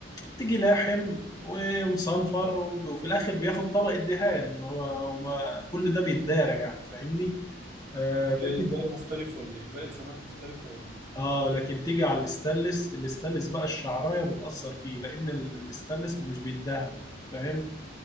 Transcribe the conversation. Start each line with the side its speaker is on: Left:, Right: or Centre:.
Left: تيجي لاحم ومصنفر وفي الاخر بياخد طبقة دهان هو وما- كل ده بيتدارى يعني فاهمني آه
Right: اه ليه
Left: لكن
Right: الباقي مختلف ولا ايه باقي الخامات مختلفة ولا ايه
Left: اه لكن تيجي على الاستانلس الاستانلس بقى الشعراية بتأثر فيه لان ال- الاستانلس مش بيتدهن فاهم